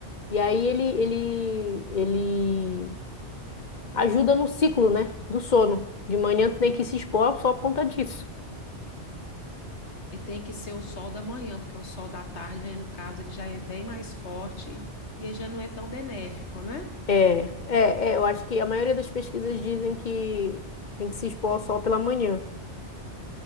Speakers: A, on the left (about 45°); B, on the left (about 65°).
A: E aí ele, ele, ele ajuda no ciclo, né, do sono. De manhã tu tem que se expor só por conta disso.
B: E tem que ser o sol da manhã, porque o sol da tarde, aí no caso, ele já é bem mais forte e aí já não é tão benéfico, né?
A: É, é, é, eu acho que a maioria das pesquisas dizem que tem que se expor ao sol pela manhã.